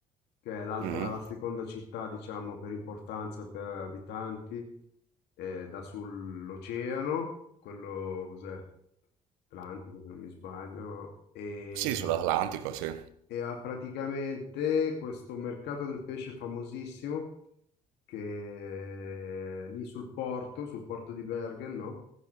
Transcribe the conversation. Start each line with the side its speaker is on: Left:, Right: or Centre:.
Left: che è l'altra,
Right: Mh.
Left: la seconda città, diciamo, per importanza per abitanti, eh, dà sull'oceano, quello cos'è? Atlantico, se non mi sbaglio, e
Right: Sì, sull'Atlantico, sì.
Left: e ha praticamente questo mercato del pesce famosissimo che è lì sul porto, sul porto di Bergen, no?